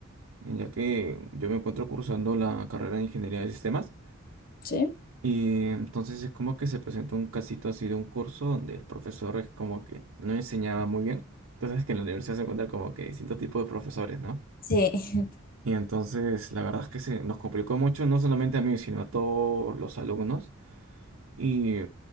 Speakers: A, on the right (about 75°); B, on the left (about 45°).
A: ya que yo me encuentro cursando la carrera de Ingeniería de Sistemas.
B: sí,
A: Y entonces es como que se presentó un casito así de un curso donde el profesor es como que no enseñaba muy bien. Entonces que en la universidad se encuentran como que distintos tipos de profesores, ¿no?
B: sí, <laughs>
A: Y entonces la verdad es que se nos complicó mucho, no solamente a mí, sino a todos los alumnos Y